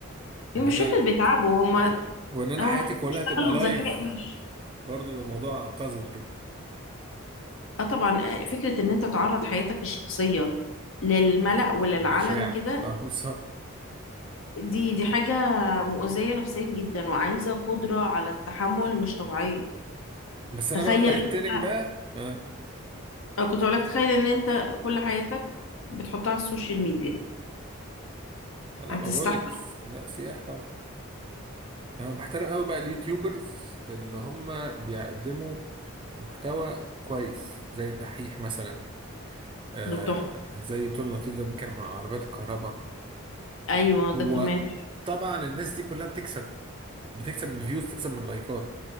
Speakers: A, on the right; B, on the left.
A: ان
B: هي مش
A: انا
B: فكرة بيتعبوا هم
A: وان انا
B: هم
A: حياتي كلها
B: اشتغلوا
A: تبقى لايف
B: بذكاء مش
A: برضه ده موضوع قذر جدا
B: اه طبعا آه، فكرة ان انت تعرض حياتك الشخصية للملأ وللعلن
A: مشاع
B: كده
A: اه بالظبط
B: دي دي حاجة مؤذية نفسيا جدا وعايزة قدرة على التحمل مش طبيعية
A: بس انا
B: تخيل
A: بقى بحترم
B: انت
A: بقى آه.
B: آه، كنت اقولك تخيل ان انت كل حياتك بتحطها على السوشيال ميديا
A: لا
B: هتستحمل
A: ما بقول لك لا سياح طبعا انا بحترم قوي بقى اليوتيوبرز اللي هم بيقدموا محتوى كويس زي الدحيح مثلا آه
B: ده تحفة
A: زي تون لطيف ده بيتكلم عن عربيات الكهرباء
B: ايوه ده
A: هو
B: كمان
A: طبعا الناس دي كلها بتكسب بتكسب من فيوز تكسب من لايكات